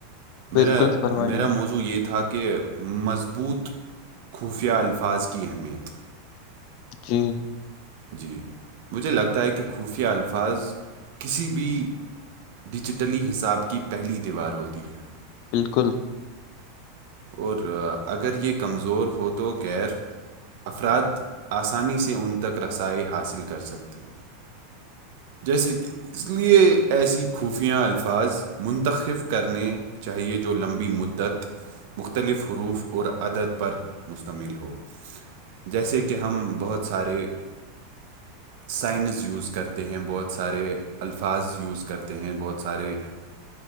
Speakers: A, on the left; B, on the right.
A: بالکل
B: میرا
A: فرمائیے
B: میرا موضوع یہ تھا کہ مضبوط خفیہ الفاظ کے کی اہمیت
A: جی
B: جی مجھے لگتا ہے کہ خفیہ الفاظ کسی بھی ڈیجیٹلی حساب کی پہلی دیوار ہوتی ہے
A: بالکل
B: اور اگر یہ کمزور ہو تو غیر افراد آسانی سے ان تک رسائی حاصل کر سکتے ہیں جیسے کہ اس لیے ایسی خفیا الفاظ منتخب کرنے چاہیے جو لمبی مد دت مختلف حروف اور عدد پر مشتمل ہو جیسے کہ ہم بہت سارے سائنز یوز کرتے ہیں بہت سارے الفاظ یوز کرتے ہیں بہت سارے